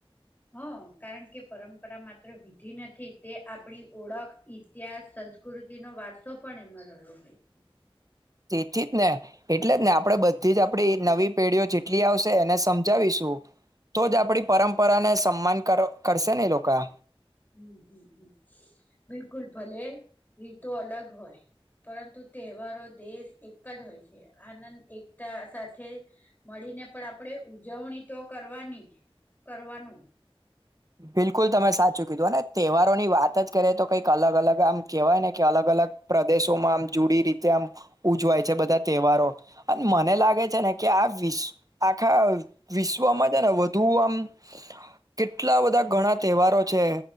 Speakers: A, on the left; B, on the right.
A: હા કારણ કે પરંપરા માત્ર વિધિ નથી, તે આપણી ઓળખ, ઇતિહાસ, સંસ્કૃતિનો વારસો પણ એમાં રહ્યો હોય છે.
B: તેથી જ ને એટલે જ ને આપણે બધી જ આપડી નવી પેઢીઓ જેટલી આવશે એને સમજાવીશું, તો જ આપણી પરંપરાને સન્માન કર કરશે ને લોકા.
A: હમ્મ-હમ્મ-હમ્મ-હમ્મ બિલકુલ. ભલે રીતો અલગ હોય પરંતુ તહેવારો દેશ એક જ હોય છે, આનંદ, એકતા સાથે મળીને પણ આપણેે ઉજવણી તો કરવાની જ, કરવાનું.
B: બિલકુલ તમે સાચું કીધું, અને તહેવારો ની વાત જ કરે તો કંઈક અલગ-અલગ આમ કહેવાય ને કે અલગ-અલગ પ્રદેશ શો માં આમ જુડી રીતે આમ ઉજવાય છે બધા તહેવારો, અને મને લાગે છે ને કે આ વિશ આખા વિશ્વમાં છે ને વધુ આમ કે કેટલા બધા ઘણા તહેવારો છે